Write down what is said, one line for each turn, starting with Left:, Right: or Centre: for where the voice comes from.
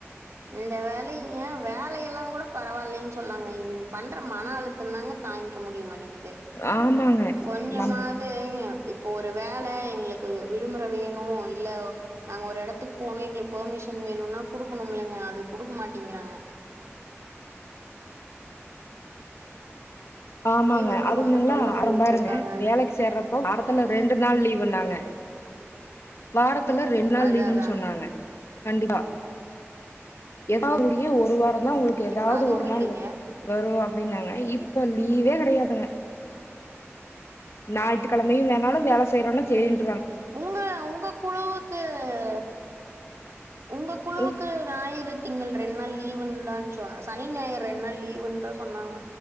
Right: இந்த வேலைங்க வேலையெல்லாங்குட பரவால்லன் சொல்லாங்க இவிங் பண்ற மன அழுத்தந்தாங்க தாங்க்க முடியமாட்டிங்கி து‌
Left: ஆமாங்க
Right: கொஞ்சமாது
Left: நம்
Right: இப்போ ஒரு வேல எங்ளுக்கு விடுமுற வேணு இல்ல நாங்க ஒரு எடத்துக் போனு எங்ளுக் பெர்மிஷன் வேணுனா குடுக்கணும்லங்க அது குடுக்க மாட்டெங்கிறாங்க
Left: ஆமாங்க
Right: வந்து
Left: அது
Right: ரொம்ப
Left: ஒண்ணுங்ளா
Right: தொல்ல பண்ணிட்டு
Left: அப்றம்பாருங்க
Right: இருக்காங்க.
Left: வேலக்கு சேர்றப்போ வாரத்துல ரெண்டு நாள் லீவுன்னாங்க வாரத் துல ரெண் நாள்
Right: அதான்
Left: லீவுன்
Right: அதான்.
Left: சொன்னாங்க கண்டிப்பா <unintelligible> ஒரு வார ந்தா உங்ளுக்கு எதாவ்து
Right: இப்ப அதுவும்
Left: ஒரு நாளு
Right: இல்லைங்க.
Left: வரு அப்டின்னாங்க இப் லீவே கடையாதுங்க ஞாயித்திகழமையு வேணாலு வேல செய்றோன்னா சேரின்
Right: உங்க உங்க குழுவுக்கு அ உங்க குழுவுக்கு
Left: ம்
Right: நாயிறு திங்கள் ரெண் நாள் லீவுன்ந்தான் சொன்ன சனி ஞாயர் ரெண் நாள் லீவுன் தா சொன்னாங்க